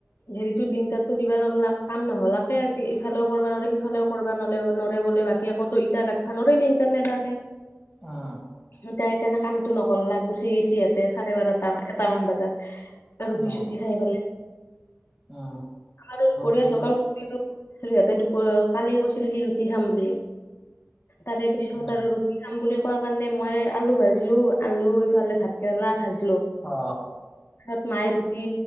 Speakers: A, on the left; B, in the centre.
A: হেৰিতো লিংতাৰতো দিবা নৱাৰলাক কাম নহলাকে আজি ইফালেও কৰিবা নৰে সিফালেও কৰবা নলে নৰে বোলে বাকী আকৌ ইটা গাতফা নৰে ইটা নে দিয়াকে।
B: আহ।
A: এতিয়া সেইকাৰণে কামটো নকলাক গুচি গেইছেহেঁতে চাৰে বাৰটা এটা মান বজাত। ৰুটি
B: অ
A: চুটি খাই পেলে।
B: অ
A: আমাৰ দুপৰীয়া
B: পিছে
A: যোগাৰ কৰিলোঁ হেঁতে দুপৰীয়া কালি কৈছিলে কি ৰুটি খাম বুলি। তাৰে পিছত
B: অ
A: আৰু ৰুটি খাম বুলি কোৱা কাৰণে মই আলু ভাজিলো আলু ইফালে ভাত কেৰেলা ভাজিলো
B: অ
A: পাছত মায়ে ৰুটি